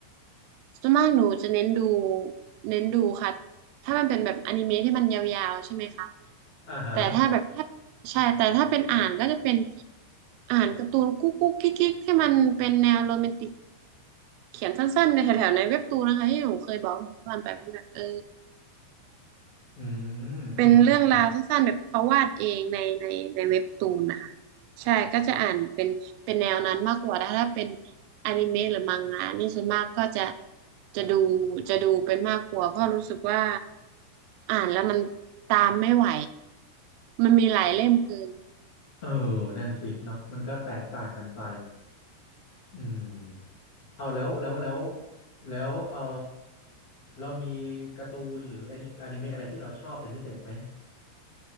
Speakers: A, on the right; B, on the left.
A: ส่วนมากหนูจะเน้นดูเน้นดูค่ะถ้ามันเป็นแบบอนิเมะที่มันยาวๆใช่ไหมคะ
B: อ่าฮะ
A: แต่ถ้าแบบถ้าใช่แต่ถ้าเป็นอ่านก็จะเป็นอ่านการ์ตูนกุ๊กกุ๊กกิ๊กกิ๊กที่มันเป็นแนวโรแมนติกเขียนสั้นๆในแถวๆในเว็บตูนนะคะที่หนูเคยบอกวันไปว่าแบบเออ
B: อืมอืมอืมอืม
A: เป็นเรื่องราวสั้นๆแบบเขาวาดเองในในในเว็บตูนนะคะใช่ก็จะอ่านเป็นเป็นแนวนั้นมากกว่าถ้าเป็นอนิเมะหรือมังงะนี่ส่วนมากก็จะจะดูจะดูเป็นมากกว่าเพราะรู้สึกว่าอ่านแล้วมันตามไม่ไหวมันมีหลายเล่มเกิน
B: เออนั่นสิเนาะมันก็แตกต่างกันไปอืมเอาแล้วแล้วแล้วแล้วเออเรามีการ์ตูนหรือแอนิเมะอะไรที่เราชอบเป็นพิเศษไหม